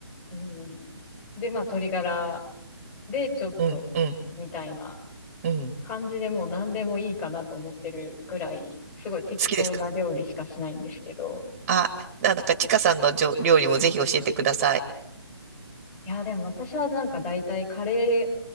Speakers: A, on the left; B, on the right.
A: うん、で、まあ鶏ガラでちょっと、
B: うん、うん、
A: みたいな
B: うん、
A: 感じでもう何でもいいかなと思ってるぐらい、すごい適当な料理しかしないんですけど、
B: 好きですかあ、なんか、ちかさんのじょ料理もぜひ教えてください。
A: いや、でも私はなんか大体カレ